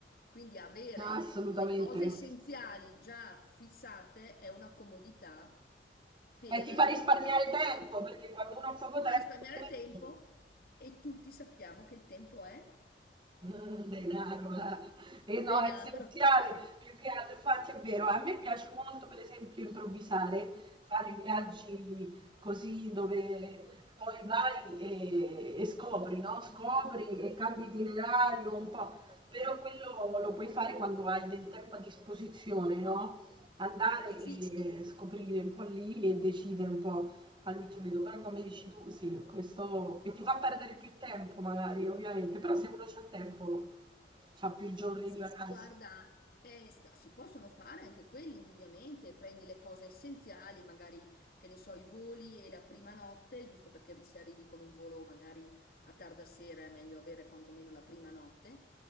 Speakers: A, on the left (about 50°); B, on the right (about 25°).
A: quindi avere
B: Ah, assolutamente.
A: le cose essenziali già fissate è una comodità per
B: E ti fa risparmiare
A: il
B: tempo, perché quando uno ha poco
A: ti
B: tempo...
A: fa risparmiare tempo e tutti sappiamo che il tempo è
B: Mhmm, denaro, eh. Eh
A: denaro.
B: no, è essenziale,
A: <laughs>
B: più che altro infatti è vero. A me piace molto per esempio improvvisare, fare viaggi così dove poi vai e e scopri, no, scopri e cambi itinerario un po', però quello lo puoi fare quando hai del tempo a disposizione, no, andare
A: Sì,
B: e scoprire un po' lì e decidere un po' al mitrido, però come dici tu, sì, questo... e ti fa perdere più tempo magari, ovviamente, però se uno c'ha tempo, c'ha più giorni
A: Sì,
B: di vacanza.
A: guarda, eh, s- si possono fare anche quelli, indubbiamente, prendi le cose essenziali, magari, che ne so, i voli e la prima notte, giusto perché se arrivi con un volo magari a tarda sera è meglio avere quantomeno la prima notte.